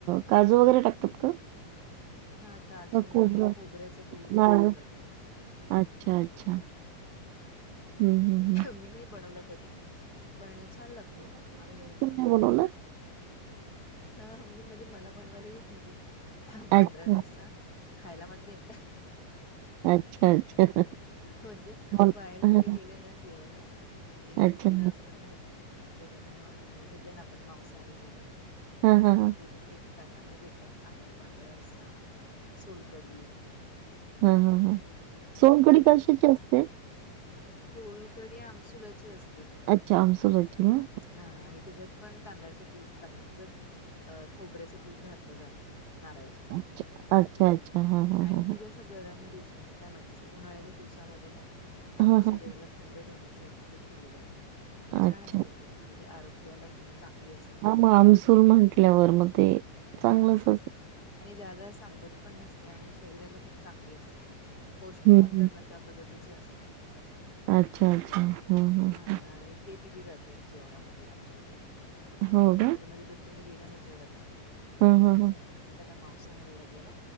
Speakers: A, on the right; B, on the left.
A: काजू वगैरे टाकतात का?
B: हा काजू
A: का खोबरं,
B: आणि खोबऱ्याचं दूध
A: नारळ?
B: घातलं जातं.
A: अच्छा. अच्छा हम्म हम्म हम्.
B: ी नाही बनवलं कधी पण छान लागतो आम्ही
A: बोणवल.
B: हा म्हणजे मला बनवायला येत नाही ते पांढरा
A: अच्छा,
B: रस्सा खायला मात्र येत.
A: अच्छा अच्छा.
B: म्हणजे
A: मला-
B: बाहेर कुठे गेलं ना जेवायला कि
A: अच्छा.
B: तिथं असत ना जर आता न हे घेतले ना आपण मांसाहारी जेवण.
A: हां,
B: कि
A: हां, हां.
B: तेेत दातामध्ये देतात तांबडा पांढरा रस्सा सोलकडी
A: हा हा हा
B: आणि
A: सोनकडी
B: चिकन
A: कशाची असते.
B: सोलकडी आमसुलाची असते.
A: अच्छा आमस बकी ना
B: हा आणि त्याच्यात पण तांदळाच दूध तांदळा अ खोबऱ्याचं दूध घातलं जातं नारळाचं दूध
A: हां.
B: म्हगतात ते
A: अच्छा, अच्छा. हां, हां,
B: आणि
A: हां, हां.
B: ती कस गरम दिवसा म्हणजे काय म्हणायचं उन्हाळ्याच्या दिवसामध्ये ना
A: हां,
B: आपल्या
A: हां.
B: शरीराला थंड ठेवण्यासाठी ते पिलं जातं छान
A: अच्छा.
B: असत ते म्हणजे आरोग्याला खूप चांगलं असते.
A: हां, मग आमसूल म्हटल्यावर मग ते चांगलंच
B: हा
A: असतं.
B: आणि ज्यादा सांबड पण नसते आणि शरीराला खूप चांगली असते ते पौष्टिक
A: हं,
B: म्हणतात
A: हं.
B: ना त्या पद्धतीचे असते.
A: अच्छा अच्छा ह ह.
B: हा आणि ते दिली जाते जेवणामध्ये आमच्या इथे म्हणजे
A: हो
B: हॉटेलमध्ये
A: का?
B: जर. तुम्ही गेला ना जेवायला आणि
A: हां, हां, हां.
B: तुम्ही घेतले ना मांसाहारी वगैरे